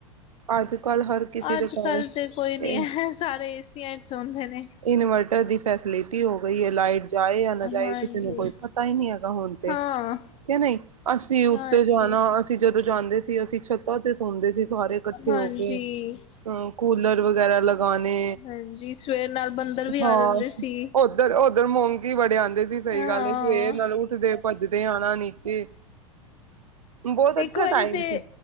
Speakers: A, on the right; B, on the left.
A: ਅੱਜ-ਕੱਲ ਹਰ ਕਿਸੇ
B: ਅੱਜ-ਕੱਲ
A: ਦੇ ਘਰ
B: ਤੇ ਕੋਈ
A: ਇਹ
B: ਨੀ ਐ ਸਾਰੇ ਏਸੀਆਂ ਚ ਸੌਂਦੇ ਨੇ।
A: ਇਨਵਟਰ ਦੀ ਫੈਸਲਿਟੀ ਹੋ ਗਈ ਐ ਲਾਈਟ ਜਾਏ ਜਾਂ ਨਾ
B: ਹਾਂਜੀ
A: ਜਾਏ ਕਿਸੇ ਨੂੰ ਕੋਈ ਪਤਾ ਈ ਨਈਂ ਹੈਗਾ ਹੁਨ ਤੇ
B: ਹਾਂ,
A: ਕੇ ਨਈਂ ਅਸੀਂ ਉੱਤੇ
B: ਹਾਂਜੀ,
A: ਜਾਨਾ ਅਸੀਂ ਜ ਜਦੋਂ ਜਾਂਦੇ ਸੀ ਅਸੀਂ ਛੱਤਾਂ ਤੇ ਸੋਂਦੇ ਸੀ ਸਾਰੇ ਇਕੱਠੇ
B: ਹਾਂਜੀ।
A: ਹੋ ਕੇ। ਹੂੰ ਕੂਲਰ ਵਗੈਰਾ ਲਗਾਨੇ
B: ਹਾਂਜੀ, ਸਵੇਰ ਨਾਲ ਬੰਦਰ ਵੀ
A: ਹਾਂ
B: ਆ ਜਾਂਦੇ ਸੀ,
A: ਓ ਓਦਰ-ਓਦਰ ਮੋਂਕੀ ਬੜੇ ਆਂਦੇ ਸੀ ਸਈ
B: ਹਾਂ।
A: ਗੱਲ ਏ ਸਵੇਰ ਨਾਲ ਉੱਠਦੇ ਭੱਜਦੇ ਆਨਾ ਨੀਚੇ ਬੋਤ ਅੱਛਾ
B: ਇੱਕ ਵਾਰੀ
A: ਟਾਈਮ
B: ਤੇ
A: ਸੀ।